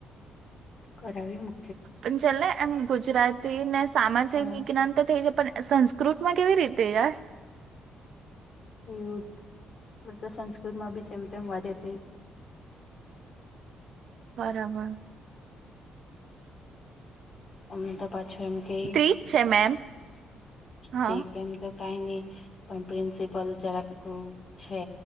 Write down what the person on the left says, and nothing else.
કરાવવી મુ
હા
એવું આપ સંસ્કૃત માં બી જેમ તેમ વા્યા તે
અમતા પાછું એમ કેઈ
કેઈ એમ તો કઈ નહી પણ પ્રિન્સિપલ જરા